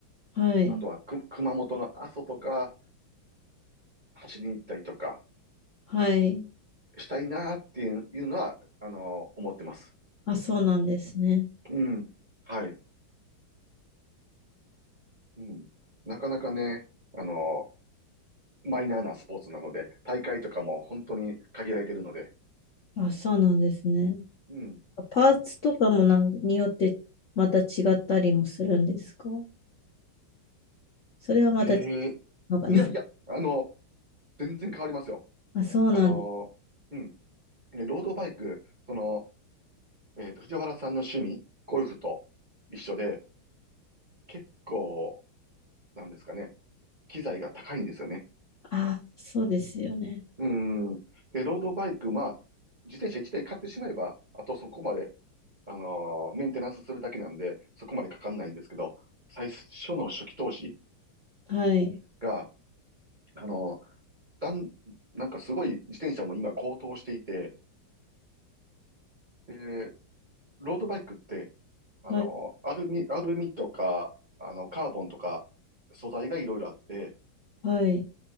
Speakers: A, on the left; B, on the right.
A: あ、はい。
B: あとはく熊本の阿蘇とか、走りに行ったりとか、
A: はい。
B: したいなっていうのは、あの、思ってます。
A: あ、そうなんですね。
B: うん。はい。うん。なかなかね、あの、マイナーなスポーツなので、大会とかも本当に限られてるので。
A: あ、そうなんですね。
B: うん。
A: パーツとかもなんによってまた違ったりもするんですかそれはまた違う
B: ええ
A: のかな
B: いやいや、
A: <laughs>
B: あの、全然変わりますよ。
A: あ、そうなんだ。
B: あの、うん。でロードバイク、その、えっと、藤原さんの趣味、ゴルフと一緒で、結構、なんですかね、機材が高いんですよね。
A: あ、そうですよね。
B: うん。で、ロードバイク、まあ、自転車1台買ってしまえば、あとそこまであのーメンテナンスするだけなんで、そこまでかかんないんですけど、最初の初期投資
A: はい。
B: が、あのーだん、なんかすごい自転車も今高騰していて、で、ロードバイクって、あのーアルミ、
A: はい。
B: アルミとか、あの、カーボンとか、素材がいろいろあって、
A: はい。